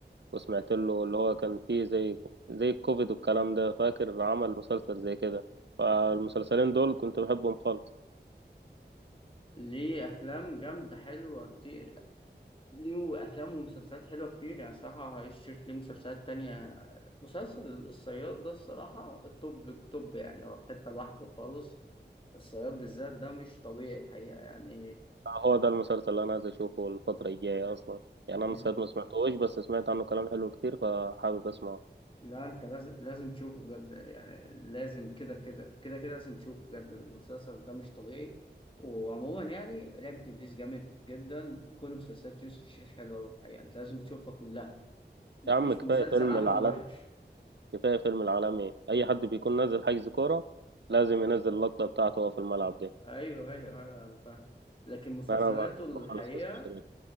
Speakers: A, on the right; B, on the left.
A: وسمعت له اللي هو كان فيه زي زي الكوفيد والكلام ده فاكر عمل مسلسل زي كده فالمسلسلين دول كنت بحبهم خالص
B: ليه افلام جامده حلوه كتير ليه أفلام ومسلسلات حلوة كتير يعني الصراحة هيشوف ليه مسلسلات تانية مسلسل الصياد ده الصراحة التوب التوب يعني هو في حتة لوحده خالص الصياد بالذات ده مش طبيعي الحقيقة يعني
A: هو ده المسلسل اللي أنا عايز أشوفه الفترة الجاية أصلا يعني أنا
B: إن-
A: ساعات ما سمعتهوش بس سمعت عنه كلام حلو كتير فحابب أسمعه
B: لا أنت لازم لازم تشوفه بجد يعني لازم كده كده كده كده لازم تشوفه بجد المسلسل ده مش طبيعي وعموما يعني لعبة إبليس جامد جدا كل مسلسلات يوسف الشريف حلوة الحقيقة أنت لازم تشوفها كلها مفيش
A: يا عم كفاية
B: مسلسل
A: فيلم
B: عمله
A: العالمي
B: وحش
A: كفاية فيلم العالمي أي حد بيكون نازل حجز كورة لازم ينزل اللقطة بتاعته وهو في الملعب دي
B: ايوه ايوه أيوة، انا فاهم لكن مسلسلاته
A: أنا بحبه خالص
B: الحقيقه
A: يوسف شاهين